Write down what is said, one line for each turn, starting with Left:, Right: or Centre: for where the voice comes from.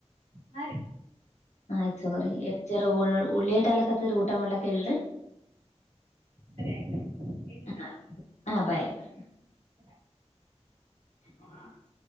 Right: ಹಾ ರೀ
Left: ಆಯ್ತ್ ತಗೋರಿ <unintelligible> ಲೇಟ್ ಆಗಾಕತಿದ್ರೆ ಊಟಾ ಮಾಡ್ಲಾಕ್ ಹೇಲ್ರಿ
Right: ಸರಿ ಆಯ್ತ್ ಆಯ್ತ್ ಇಡ್ಲಿ
Left: ಹ
Right: ರೀ
Left: ಹ ಬಾಯ್ ಬಾಯ್ ರಿ
Right: ಬಾಯ್
Left: <unintelligible>